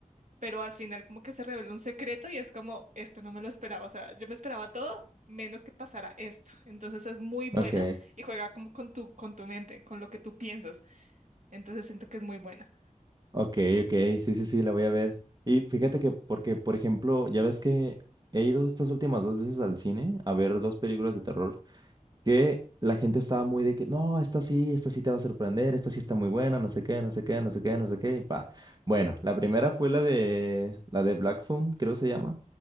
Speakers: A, on the right; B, on the right.
A: pero al final como que se revela un secreto y es como, esto no me lo esperaba, o sea, yo me esperaba todo menos que pasara esto. Entonces es muy buena
B: ok,
A: y juega como con tu, con tu mente, con lo que tú piensas. Entonces siento que es muy buena.
B: ok, ok, sí, sí, sí, la voy a ver. Y fíjate que, porque, por ejemplo, ya ves que he ido estas últimas dos veces al cine a ver dos películas de terror. que la gente estaba muy de que, no, esta sí, esta sí te va a sorprender, esta sí está muy buena, no sé qué, no sé qué, no sé qué, no sé qué, y pa. Bueno, la primera fue la de, la de Black Phone, creo se llama,